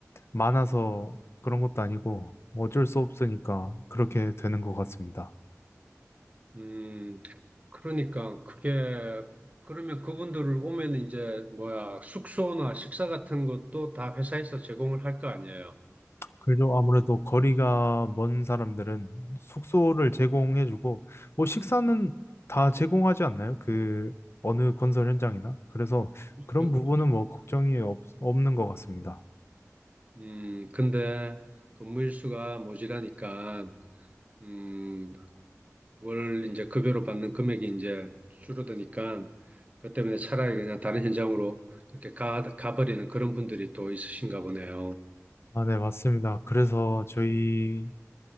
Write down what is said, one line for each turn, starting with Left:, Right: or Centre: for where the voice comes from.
Left: 많아서 그런 것도 아니고, 어쩔 수 없으니까 그렇게 되는 것 같습니다.
Right: 음, 그러니까 그게 그러면 그분들을 오면 이제 뭐야 숙소나 식사 같은 것도 다 회사에서 제공을 할 거 아니에요.
Left: 그래도 아무래도 거리가 먼 사람들은 숙소를 제공해주고, 뭐 식사는 다 제공하지 않나요? 그 어느 건설 현장이나. 그래서
Right: 그-
Left: 그런 부분은
Right: 그-
Left: 뭐 걱정이 없, 없는 것 같습니다.
Right: 음, 근데 근무 일수가 모자라니까 음, 월 이제 급여로 받는 금액이 이제 줄어드니까 그것 때문에 차라리 그냥 다른 현장으로 이렇게 가, 가버리는 그런 분들이 또 있으신가 보네요.
Left: 아, 네, 맞습니다. 그래서 저희,